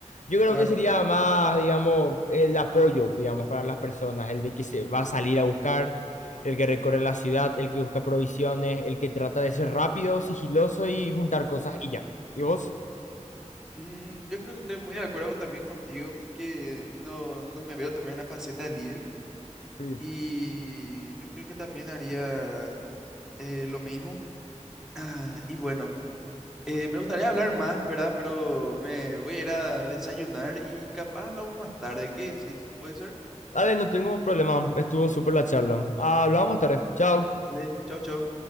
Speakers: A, on the left; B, in the centre.
A: Yo creo
B: claro.
A: que sería más, digamos, el apoyo, digamos, para las personas, el de que se va a salir a buscar, el que recorre la ciudad, el que busca provisiones, el que trata de ser rápido, sigiloso y juntar cosas y ya. ¿Y vos?
B: Mm, yo creo que estoy muy de acuerdo también contigo porque no, no me veo también en la faceta de líder.
A: Sí.
B: Y yo creo que también haría Eh, lo mismo. Ah, y bueno, eh, me gustaría hablar más, ¿verdad? Pero me voy a ir a desayunar y capaz hablamos más tarde. ¿Qué decís? ¿Puede ser?
A: Dale, no tengo problema, estuvo súper la charla. Hablamos más tarde. Chao.
B: Dale, chau, chau.